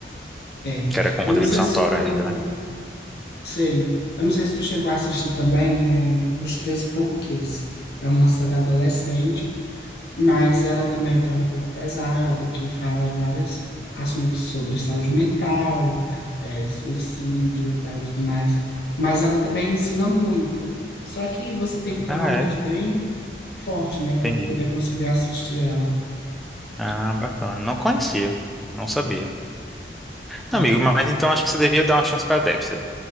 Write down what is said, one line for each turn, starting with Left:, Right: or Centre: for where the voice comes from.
Left: É.
Centre: Que era com o
Left: Eu
Centre: Rodrigo
Left: não sei
Centre: Santoro
Left: se tu
Centre: ainda, né?
Left: Sei. Eu não sei se tu chegou a assistir também, é, Os Treze Porquês. É uma série adolescente, mas ela também tem um pouco pesado, que fala vários assuntos sobre saúde mental, é, suicídio e tal, tudo mais. Mas ela também ensina muito. Só que você tem que ter
Centre: Ah,
Left: uma mente
Centre: é?
Left: bem forte, né, para
Centre: Entendi.
Left: poder conseguir assistir ela.
Centre: Ah, bacana. Não conhecia. Não sabia.
Left: Pronto.
Centre: Não, amigo, mas então acho que você devia dar uma chance pra Dexter.